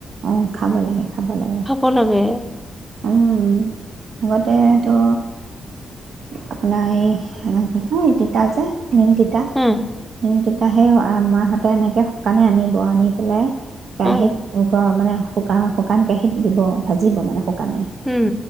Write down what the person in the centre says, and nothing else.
খাব লাগে
উম
উম
উম